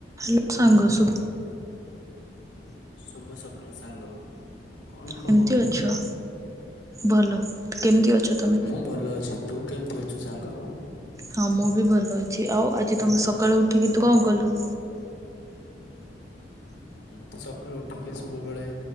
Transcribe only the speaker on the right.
Hello ସାଙ୍ଗ ସୁ
କେମତି ଅଛ ଭଲ କେମିତି ଅଛ ତ
ହଁ ମୁଁ ବି ଭଲ ଅଛି ଆଉ ଆଜି ତମେ ସକାଳୁ ଉଠିକି ତୁ କଣ କଲୁ?